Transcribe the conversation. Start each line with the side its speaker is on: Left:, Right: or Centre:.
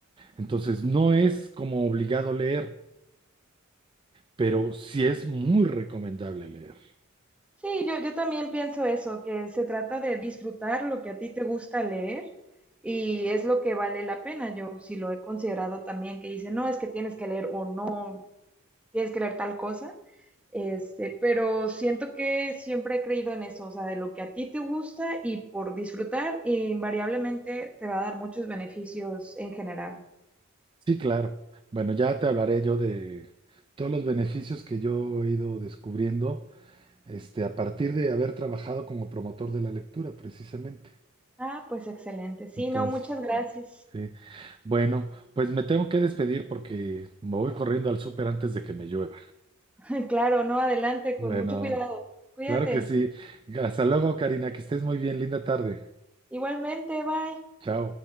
Right: Entonces, no es como obligado leer, pero sí es muy recomendable leer.
Centre: Sí, yo, yo también pienso eso, que se trata de disfrutar lo que a ti te gusta leer y es lo que vale la pena. Yo sí lo he considerado también, que dice, no, es que tienes que leer o no, tienes que leer tal cosa. Este, pero siento que siempre he creído en eso, o sea, de lo que a ti te gusta y por disfrutar, invariablemente te va a dar muchos beneficios en general.
Right: Sí, claro. Bueno, ya te hablaré yo de todos los beneficios que yo he ido descubriendo, este, a partir de haber trabajado como promotor de la lectura, precisamente.
Centre: Ah, pues excelente. Sí,
Right: Entonces,
Centre: no, muchas gracias.
Right: sí. Bueno, pues me tengo que despedir porque me voy corriendo al súper antes de que me llueva.
Centre: <laughs> Claro, no, adelante,
Right: Bueno,
Centre: con mucho cuidado. Cuídate.
Right: claro que sí. Hasta luego, Karina, que estés muy bien. Linda tarde.
Centre: Igualmente, bye.
Right: Chao.